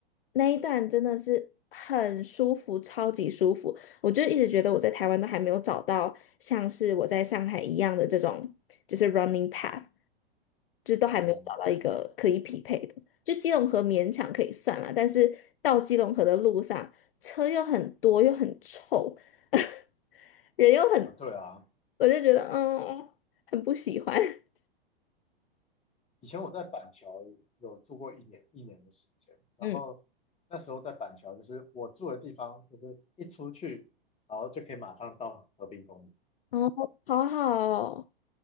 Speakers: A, on the left; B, on the left.
A: 那一段真的是很舒服，超级舒服。我就一直觉得我在台湾都还没有找到像是我在上海一样的这种就是 running path，就是都还没有找到一个可以匹配的。
B: 嗯，
A: 就基隆河勉强可以算了，但是到基隆河的路上车又很多又很臭。<laughs> 人又很，
B: 哦对啊，
A: 我就觉得嗯，很不喜欢。<laughs>
B: 以前我在板桥有住过一年一年的时间，然后那时候在板桥就是我住的地方，
A: 嗯，
B: 就是一出去，然后就可以马上到河滨公园。
A: 哦，好好哦，